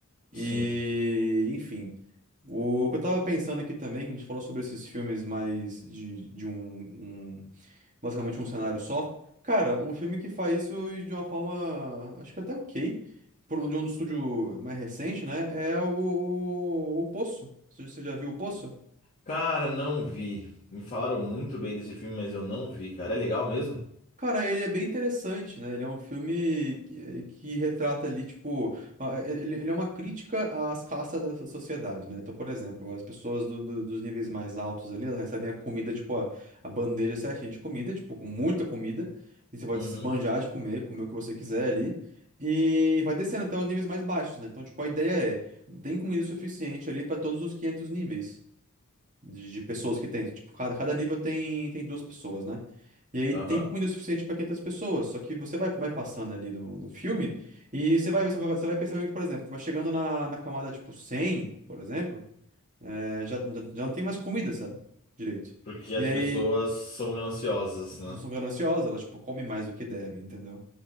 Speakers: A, on the right; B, on the left.
A: E,
B: Sim.
A: enfim. O que eu tava pensando aqui também, a gente falou sobre esses filmes mais de, de um, um- Basicamente um cenário só. Cara, um filme que faz isso de uma forma. Acho que até ok. Por um, de um estúdio mais recente, né? É o, o, o Poço. Você você já viu o Poço?
B: Cara, não vi. Me falaram muito bem desse filme, mas eu não vi, cara. É legal mesmo?
A: Cara, ele é bem interessante, né? Ele é um filme que, eh, que retrata ali, tipo, a- eh, eh, ele, ele é uma crítica às castas da so- sociedade, né? Então, por exemplo, as pessoas do- do- dos níveis mais altos ali, elas recebem a comida, tipo, a, a bandeja certinha de comida, tipo, com muita comida, e você pode
B: Uhum.
A: se esbanjar de comer, comer o que você quiser ali, e vai descendo até os níveis mais baixos, né? Então, tipo, a ideia é, tem comida suficiente ali para todos os 500 níveis de, de pessoas que tem. Tipo, cada, cada nível tem, tem duas pessoas, né? E aí
B: Aham.
A: tem comida o suficiente para 500 pessoas, só que você vai, vai passando ali no, no filme e você vai, você vai, você vai percebendo que, por exemplo, vai chegando na, na camada tipo 100 por exemplo, é, já, já já não tem mais comida, sabe? Direito.
B: Porque
A: E
B: as
A: aí
B: pessoas são gananciosas,
A: as
B: né?
A: pessoas são gananciosas, elas, tipo, comem mais do que devem, entendeu?